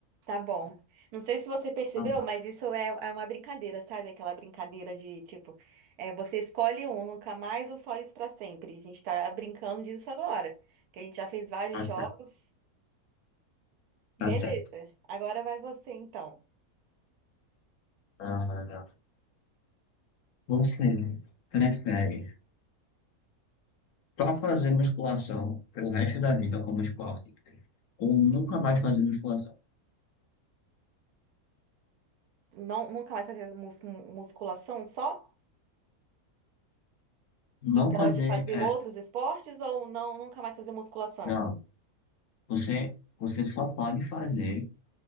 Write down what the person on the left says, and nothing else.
Tá bom,
tá
certo.
Tá certo.
Ah, você prefere só fazer musculação pelo resto da vida como esporte ou nunca mais fazer musculação?
Não
fazer,
é,
não. Você, você só pode fazer